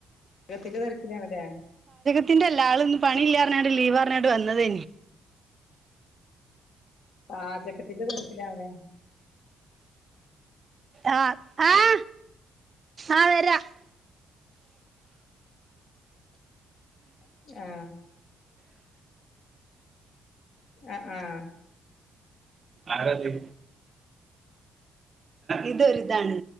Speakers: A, on the left; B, on the right.
A: കത്തിന്റെ തിരക്കിലാണല്ലേ
B: ത്തിന്റെല്ല ആൾ ഇന്ന് പണിയില്ലാ പറഞ്ഞാട്ട് ലീവ് പറഞ്ഞാട്ട് വന്നതേ
A: പാചകത്തിന്റെ തിരക്കിലാലെ
B: ആഹ് ആഹ ആ വരാ <inaudible>
A: <inaudible> ആ ആഹ ആഹ
B: ആരാതി ഇതൊരിതാണ്